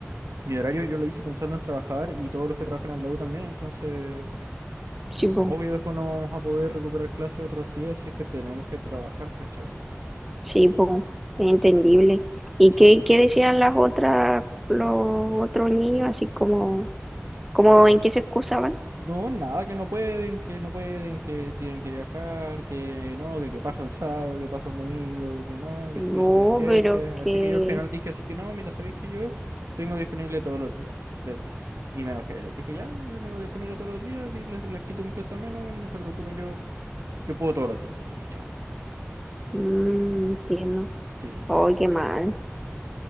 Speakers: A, on the right; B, in the centre.
A: mi horario yo lo hice pensando en trabajar y todos los que trabajan en la U también, entonces
B: sí, po.
A: obvio después no vamos a poder recuperar clases otros días si es que tenemos que trabajar, ¿cachai?
B: Sí, pues, entendible. ¿Y qué, qué decían las otras, los otros niños, así como, como en qué se excusaban?
A: No, nada, que no pueden, que no pueden, que tienen que viajar, que no, que, que paja un sábado, que paja un domingo, que no, que
B: No,
A: es, que es, que es, que
B: pero
A: es, que... Así
B: que,
A: que yo al final dije así que no, mira, ¿sabéis que yo tengo disponible todos los días? Les dije así. Y me enojé, les dije ya, yo tengo disponible todos los días y les, les quito un peso menos, bueno, y no se preocupen, yo, yo puedo todos los días, les dije, chao.
B: mm, entiendo.
A: Sí.
B: Oh, qué mal,